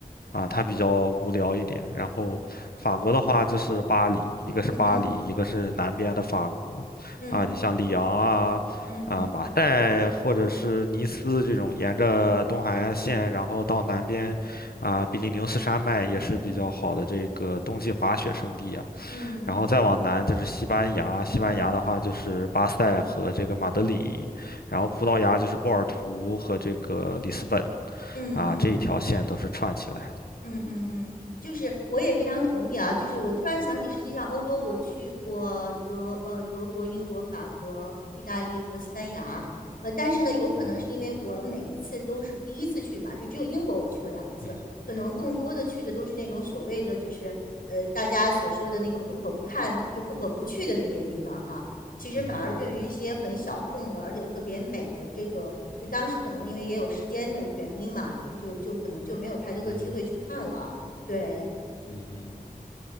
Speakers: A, on the left; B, on the left.
A: 啊，它比较无聊一点。然后法国的话就是巴黎，一个是巴黎，
B: 嗯嗯
A: 一个是南边的法国，
B: 嗯
A: 啊，你像里昂啊，
B: 嗯嗯嗯
A: 啊马赛或者是尼斯这种，沿着东海岸线，
B: 嗯
A: 然后到南边，啊比利牛斯山脉也是比较好的这个冬季滑雪胜地啊。
B: 嗯嗯。
A: 然后再往南就是西班牙，
B: 嗯嗯
A: 西班牙的话就是巴塞和这个马德里，然后葡萄牙就是波尔图和这个里斯本
B: 嗯嗯嗯
A: 啊，这一条线都是串起来的。
B: 嗯嗯嗯，就是我也非常同意啊。就是我突然想起，实际上欧洲我去过德呃德国、英国、法国、意大利和西班牙，呃，但是呢，有可能是因为我每一次都是第一次去嘛，
A: 嗯哼。
B: 就只有英国我去过两次，
A: 嗯哼，
B: 可能更多的去的都是那种所谓的就是呃大家所说的那个不可不看就不可不去的那些地方哈。其实反而对于一些很小众的，
A: 嗯哼，
B: 而且特别美的这个，就当时可能因为也有时间的原因嘛，就就就可能就没有太多的机会去看了。
A: 嗯哼，
B: 对
A: 嗯哼，